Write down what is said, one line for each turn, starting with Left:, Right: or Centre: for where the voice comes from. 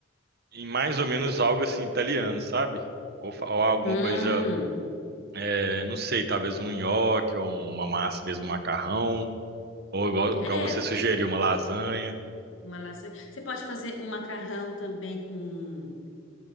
Right: em mais ou menos algo assim italiano, sabe? Ou, fa- ou alguma
Left: Hum,
Right: coisa, é, não sei, talvez um nhoque ou uma massa mesmo, um macarrão, ou igual,
Left: é,
Right: igual você
Left: você,
Right: sugeriu, uma lasanha.
Left: uma lasanha. Você pode fazer um macarrão também com